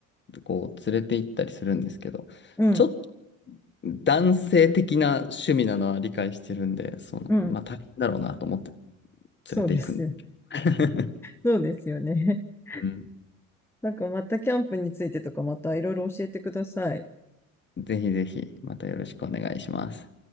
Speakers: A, on the left (about 25°); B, in the centre.
A: て、こう連れて行ったりするんですけど、
B: うん、
A: ちょっと男性的な趣味なのは理解してるんで、その、
B: うん。
A: まあ大変だろうなと思って
B: そうですよ。
A: 連れて行くんで。<laughs>
B: そうですよね。<laughs>
A: うん、
B: なんかまたキャンプについてとかまたいろいろ教えてください。
A: ぜひぜひ、またよろしくお願いします。